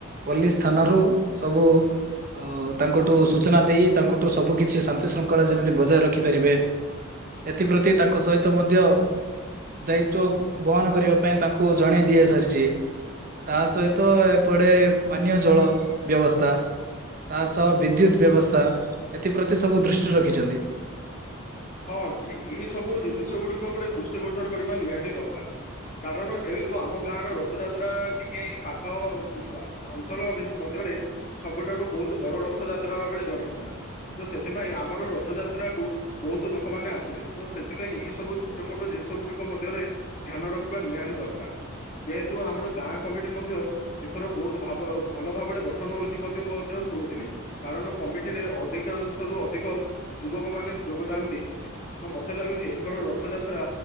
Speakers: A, on the right; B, on the left.
A: ପୋଲିସ ଥାନାରୁ ସବୁ ଅ ତାଙ୍କଠୁ ସୂଚନା ଦେଇ ତାଙ୍କଠୁ ସବୁ କିଛି ଶାନ୍ତି ଶୃଙ୍ଖଳା ଯେମିତି ବଜାୟ ରଖିପାରିବେ ଏଥିପ୍ରତି ତାଙ୍କ ସହିତ ମଧ୍ୟ ଦାୟିତ୍ତ୍ଵ ବହନ କରିବା ପାଇଁ ତାଙ୍କୁ ଜଣେଇ ଦିଆ ସାରିଛି। ତା ସହିତ ଏପଟେ ପାନୀୟ ଜଳ ବ୍ୟବସ୍ଥା ତା ସହ ବିଦ୍ୟୁତ ବ୍ୟବସ୍ଥା ଏଥିପ୍ରତି ସବୁ ଦୃଷ୍ଟି ରଖିଛନ୍ତି।
B: ହଁ ଠିକ ଏଇ ସବୁ ଜିନିଷ ଗୁଡକୁ ଗୋଟେ ଦୃଷ୍ଟି ଗୋଚର କରିବା ନିହାତି ଦରକାର। କାରଣ ଯେହେତୁ ଆମ ଗାଁ ର ରଥଯାତ୍ରା ଟିକେ ପାଖ ଅଞ୍ଚଳ ମଧ୍ୟ ସବୁଠାରୁ ବହୁତ ବଡ ରଥ ଯାତ୍ରା ଭାବରେ ଜଣାଶୁଣା। ତ ସେଥିପାଇଁ ଆମର ରଥଯାତ୍ରାକୁ ବହୁତ ଲୋକମାନେ ଆସିବେ ତ ସେଥିପାଇଁ ଏଇ ସବୁ ଛୋଟ ମୋଟ ଜିନିଷ ଗୁଡିକ ମଧ୍ୟରେ ଧ୍ୟାନ ରଖିବା ନିହାତି ଦରକାର। ଯେହେତୁ ଆମର ଗାଁ କମିଟି ମଧ୍ୟ ଏଥର ବହୁତ ଭାବ ଭଲ ଭାବରେ ଗଠନ ହଉଛି ମଧ୍ଯ ଶୁଣଥିଲି କାରଣ କମିଟିରେ ଅଧିକାଂଶରୁୁ ଅଧିକ ଯୁବକ ମାନେ ଯୋଗଦାନ ଦେଇଛନ୍ତି ତ ମତେ ଲାଗୁଛି ଏଥର ରଥଯାତ୍ରା